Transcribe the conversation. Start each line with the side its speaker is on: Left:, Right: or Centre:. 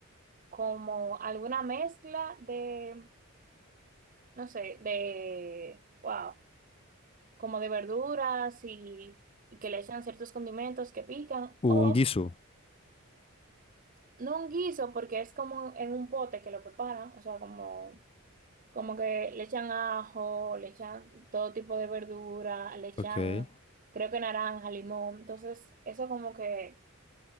Right: como alguna mezcla de, no sé, de, wow. como de verduras y, y que le echan ciertos condimentos que pican, o
Left: Un guiso.
Right: no un guiso porque es como en un pote que lo preparan, o sea, como, como que le echan ajo, le echan todo tipo de verdura, le echan
Left: Ok.
Right: creo que naranja, limón, entonces eso como que